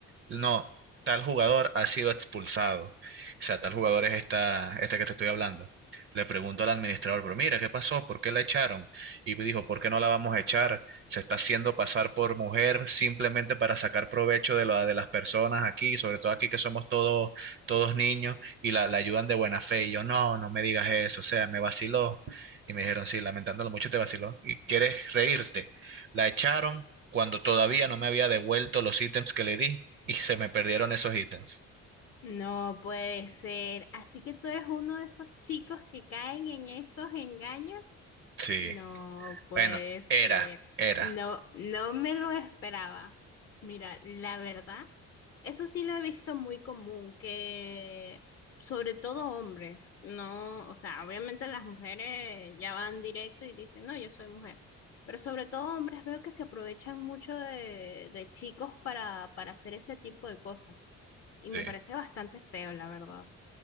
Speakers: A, on the right; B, on the left.
A: no, tal jugador ha sido expulsado. O sea, tal jugador es esta, esta que te estoy hablando. Le pregunto al administrador, pero mira, ¿qué pasó? ¿Por qué la echaron? Y me dijo, ¿por qué no la vamos a echar? Se está haciendo pasar por mujer simplemente para sacar provecho de, la, de las personas aquí, sobre todo aquí que somos todos, todos niños, y la, la ayudan de buena fe. Y yo, no, no me digas eso, o sea, me vaciló. Y me dijeron, sí, lamentándolo mucho te vaciló. ¿Y quieres reírte? La echaron cuando todavía no me había devuelto los ítems que le di y se me perdieron esos ítems.
B: No puede ser. Así que tú eres uno de esos chicos que caen en esos engaños.
A: Sí.
B: No puede
A: Bueno,
B: ser.
A: era, era.
B: No, no me lo esperaba. Mira, la verdad, eso sí lo he visto muy común, que sobre todo hombres, no, o sea, obviamente las mujeres ya van directo y dicen, no, yo soy mujer, pero sobre todo hombres veo que se aprovechan mucho de, de chicos para, para hacer ese tipo de cosas y
A: Sí.
B: me parece bastante feo, la verdad.